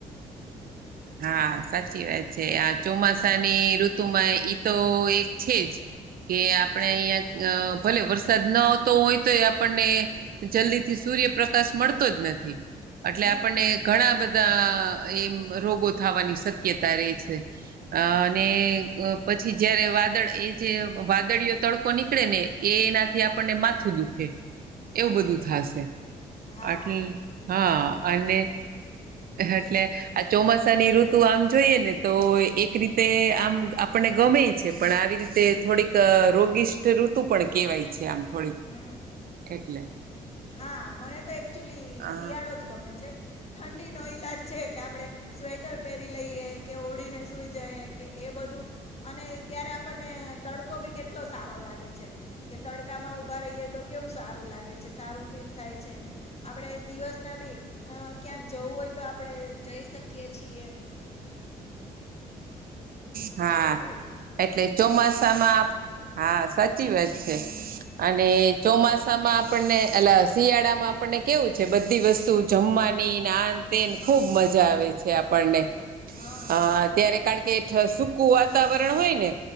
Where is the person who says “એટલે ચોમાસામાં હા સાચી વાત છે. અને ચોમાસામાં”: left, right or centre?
Right